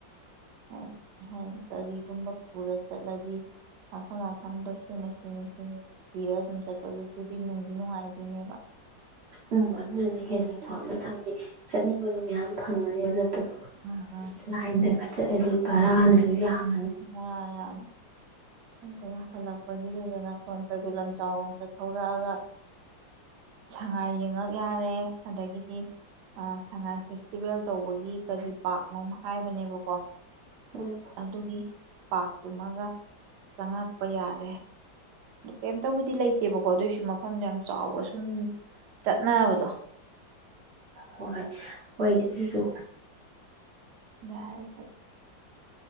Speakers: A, on the right; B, on the right.
A: ꯍꯣꯏ ꯍꯝ <inaudible> ꯄꯨꯔ ꯆꯠꯂꯗꯤ ꯃꯐꯝ ꯃꯐꯝꯗꯣ ꯁꯤꯅꯤ ꯁꯤꯅꯤ ꯁꯤꯅꯤ ꯊꯤꯔ ꯑꯗꯨꯝ ꯆꯠꯄꯗꯨ ꯆꯨꯗꯤ ꯅꯨꯡꯗꯤ ꯅꯨꯡꯉꯥꯏꯗꯣꯏꯅꯦꯕ
B: ꯎꯝ ꯑꯗꯨꯅꯗꯤ ꯍꯦꯜꯅꯤꯀꯣ ꯃꯊꯗꯤ ꯆꯠꯅꯤꯡꯕꯗꯣ ꯃꯌꯥꯝ ꯐꯪꯉꯅꯤꯕ ꯂꯝ ꯗꯣ
A: ꯎꯝ ꯎꯝ
B: ꯂꯥꯏꯟꯗꯒ ꯆꯠꯂꯗꯤ ꯕꯔꯥ ꯌꯥꯝ
A: ꯑꯥ ꯑꯗꯨ ꯍꯜꯂꯛꯄꯒꯤ ꯗꯨꯗꯅ ꯁꯣꯝ ꯄꯩꯕꯨꯜ ꯂꯝ ꯆꯥꯎꯔꯣꯝꯗ ꯊꯧꯔꯛꯑꯒ ꯁꯉꯥꯏ ꯌꯦꯡꯉꯛ ꯌꯥꯔꯦ ꯑꯗꯒꯤꯗꯤ ꯁꯉꯥꯏ ꯐꯦꯁꯇꯤꯚꯦꯜ ꯇꯧꯕꯒꯤ ꯀꯔꯤ ꯄꯥꯛꯔꯅꯣ ꯍꯥꯏꯕꯅꯦꯕꯀꯣ
B: ꯎꯝ
A: ꯑꯗꯨꯒꯤ ꯄꯥꯛ ꯇꯨꯃꯒ ꯆꯪꯉꯛꯄ ꯌꯥꯔꯦ ꯀꯩꯝꯇꯕꯨꯗꯤ ꯂꯩꯇꯦꯕꯀꯣ ꯑꯗꯨꯑꯣꯏꯁꯨ ꯃꯐꯝꯗꯣ ꯌꯥꯝ ꯆꯥꯎꯕ ꯁꯨꯝ ꯆꯠꯅꯕꯗꯣ
B: ꯍꯣꯏ ꯍꯣꯏ ꯑꯗꯨꯁꯨ
A: ꯌꯥꯏ ꯄꯠꯇ